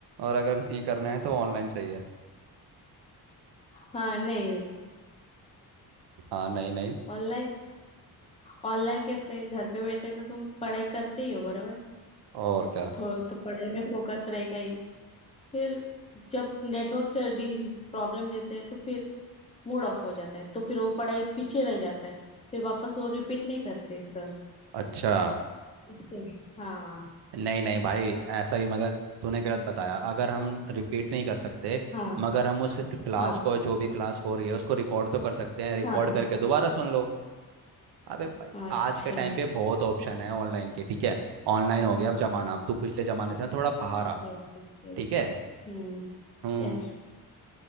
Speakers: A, on the right; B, on the left.
A: और अगर नहीं करना है तो ऑनलाइन सही है
B: हाँ नहीं नहीं
A: हाँ नहीं नहीं
B: ऑनलाइन ऑनलाइन कैसे घर पे बैठे तो तुम पढ़ाई करते ही हो बराबर
A: और क्या
B: थोड़ा तो पढ़ाई में फोकस रहेगा ही फिर जब नेटवर्क प्रॉब्लम देते हैं तो फिर मूड ऑफ हो जाता है तो फिर वो पढ़ाई पीछे रह जाता है फिर वापस वो रिपीट नहीं करते सर
A: अच्छा
B: इसके हाँ
A: नहीं नहीं भाई ऐसा ही मगर तूने गलत बताया अगर हम रिपीट नहीं कर सकते
B: हाँ
A: मगर हम उस क्लास
B: हाँ
A: को जो भी क्लास हो रही है उसको रिकॉर्ड तो कर सकते हैं रिकॉर्ड
B: हाँ हाँ
A: करके दोबारा सुन लो अबे भाई
B: अच्छा
A: आज के टाइम पे बहुत ऑप्शन है ऑनलाइन के ठीक है ऑनलाइन हो गया अब जमाना अब तू पिछले जमाने से ना थोड़ा बाहर आ
B: Yes yes
A: ठीक है
B: Hmm
A: हम्म
B: Yes